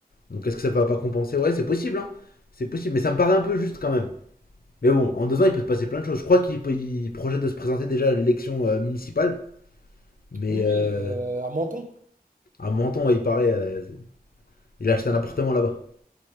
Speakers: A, on the left; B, on the right.
A: Donc est-ce que ça va pas compenser Ouais, c'est possible, hein. C'est possible, mais ça me paraît un peu juste quand même. Mais bon, en deux ans, il peut se passer plein de choses. Je crois qu'il il projette de se présenter déjà à l'élection euh, municipale, mais
B: Oui, oui,
A: euh,
B: euh, à Menton.
A: à Menton, ouais, il paraît, euh, il a acheté un appartement là-bas.